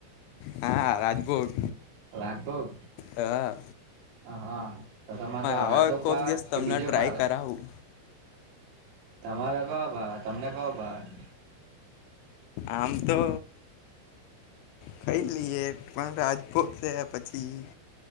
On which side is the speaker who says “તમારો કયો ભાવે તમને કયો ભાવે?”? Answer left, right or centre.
Right